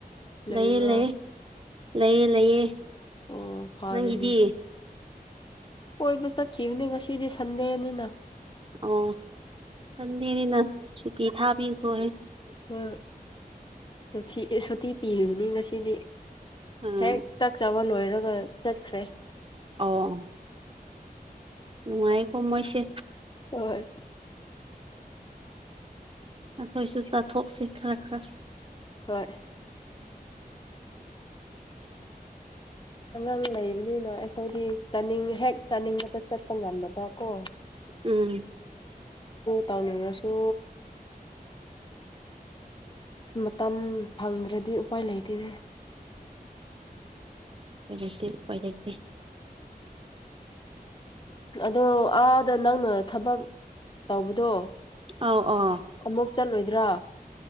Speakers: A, on the left; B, on the right.
A: ꯂꯩꯕ꯭ꯔꯥ
B: ꯂꯩꯌꯦ ꯂꯩꯌꯦ ꯂꯩꯌꯦ ꯂꯩꯌꯦ
A: ꯑꯣ ꯐꯥꯔꯦꯅꯦ
B: ꯅꯪꯒꯤꯗꯤ
A: ꯀꯣꯏꯕ ꯆꯠꯈꯤꯕꯅꯦ ꯉꯁꯤꯗꯤ ꯁꯟꯗꯦꯅꯤꯅ
B: ꯑ ꯊꯗꯤꯅꯤꯅ ꯆꯨ ꯊꯥꯕꯤ ꯀꯦ
A: ꯍꯣꯏ ꯁꯣꯊꯤ ꯁꯣꯊꯤ ꯄꯤꯔꯤꯕꯅꯤ ꯉꯁꯤꯗꯤ
B: ꯎꯝ
A: ꯍꯦꯛ ꯆꯥꯛ ꯆꯥꯕ ꯂꯣꯏꯔꯒ ꯆꯠꯈ꯭ꯔꯦ
B: ꯑꯣ ꯅꯅꯨꯡꯉꯥꯏ ꯀꯃꯣꯏꯁꯦ
A: ꯍꯣꯏ
B: ꯑꯩꯈꯣꯏꯁꯨ ꯆꯥꯊꯣꯛꯁꯤ ꯈꯔ ꯈꯔ
A: ꯍꯣꯏ ꯑꯉꯥꯡ ꯂꯩꯕꯅꯤꯅ ꯑꯩꯈꯣꯏꯗꯤ ꯆꯥꯅꯤꯡ ꯍꯦꯛ ꯆꯥꯅꯤꯡꯕꯇ ꯆꯠꯄ ꯉꯝꯗꯕ ꯀꯣ
B: ꯎꯝ
A: ꯇꯧꯅꯤꯡꯉꯥꯁꯨ ꯑꯁ ꯃꯇꯝ ꯐꯪꯗ꯭ꯔꯗꯤ ꯎꯄꯥꯏ ꯂꯩꯇꯦꯅꯦ
B: ꯎꯄꯥꯏ ꯂꯩꯇꯦ
A: ꯑꯗꯣ ꯑꯥꯗ ꯅꯪꯅ ꯊꯕꯛ ꯇꯧꯕꯗꯣ
B: ꯑꯥꯎ ꯑ
A: ꯑꯃꯨꯛ ꯆꯠꯂꯣꯏꯗ꯭ꯔꯥ